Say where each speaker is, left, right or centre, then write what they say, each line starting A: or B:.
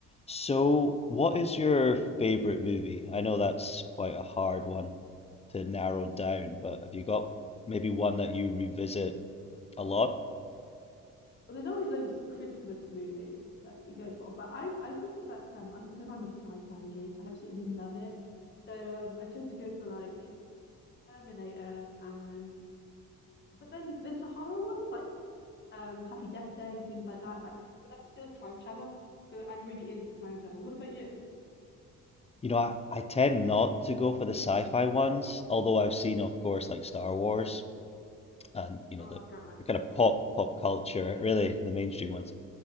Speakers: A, on the left (about 20°); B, on the left (about 35°).
A: So, what is your favorite movie? I know that's quite a hard one to narrow down, but have you got maybe one that you revisit a lot?
B: Well, there's always those Christmas movies that you go for, but I I think that um I because I'm a sci-fi geek, I absolutely love it. So um I tend to go for like Terminator and but then there's the horror ones like um Happy Death Day, things like that. Like, but that's still time travel. So I'm really into time travel. What about you?
A: You know, I, I tend not to go for the sci-fi ones, although I've seen, of course, like Star Wars and, you know,
B: Oh,
A: the,
B: I don't like
A: the
B: that.
A: kind of pop pop culture, really, the mainstream ones.